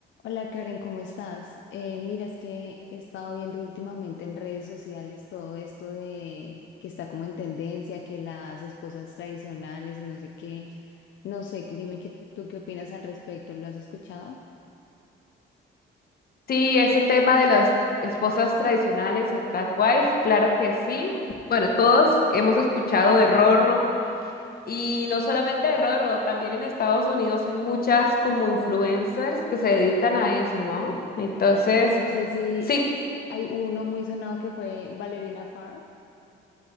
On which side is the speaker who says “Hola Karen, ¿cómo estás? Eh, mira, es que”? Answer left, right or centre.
Left